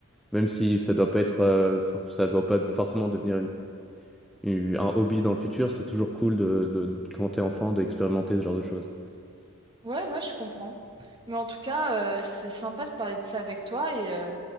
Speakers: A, in the centre; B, on the right.
A: Même si ça doit pas être, euh, for- ça doit pas forcément devenir une- une- un hobby dans le futur, c'est toujours cool de, de, quand t'es enfant d'expérimenter ce genre de choses.
B: ouais ouais je comprends mais en tout cas euh, c'est sympa de parler de ça avec toi et euh,